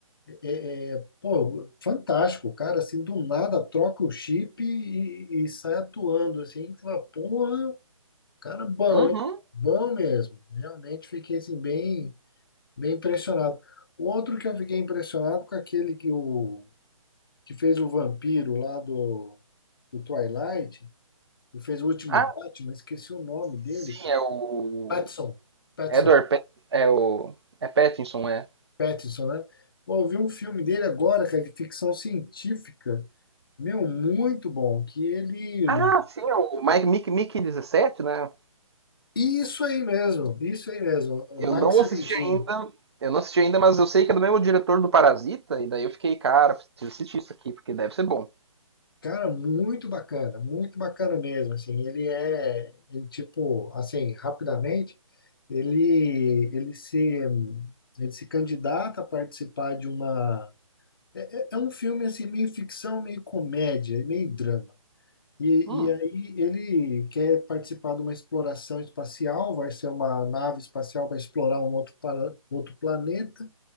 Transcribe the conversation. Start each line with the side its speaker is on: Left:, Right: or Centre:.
Left: É, é, é, pô, fantástico, o cara, assim, do nada troca o chip e, e sai atuando, assim, que você fala, porra, cara bom,
Right: Uhum.
Left: hein? Bom mesmo. Realmente fiquei, assim, bem, bem impressionado. Outro que eu fiquei impressionado com aquele que o que fez o vampiro lá do, do Twilight, e fez o último
Right: Ah,
Left: Batman, esqueci o nome dele,
Right: sim,
Left: cara.
Right: é o.
Left: Pattinson, Pattinson,
Right: Edward Pat... é o. É Pattinson, é.
Left: Pattinson, né? Pô, eu vi um filme dele agora, cara, de ficção científica, meu, muito bom, que ele...
Right: Ah, sim, é o Mike Mickey, Mickey 17, né?
Left: Isso aí mesmo, isso aí mesmo, o
Right: Eu
Left: Mike
Right: não
Left: Seventeen.
Right: assisti ainda. Eu não assisti ainda, mas eu sei que é do mesmo diretor do Parasita, e daí eu fiquei, cara, preciso assistir isso aqui, porque deve ser bom.
Left: Cara, muito bacana, muito bacana mesmo, assim, ele é, ele, tipo, assim, rapidamente, ele, ele se, ele se candidata a participar de uma, é, é é um filme, assim, meio ficção, meio comédia, meio drama, e,
Right: Hum,
Left: e aí ele quer participar de uma exploração espacial, vai ser uma nave espacial para explorar um outro, para outro planeta,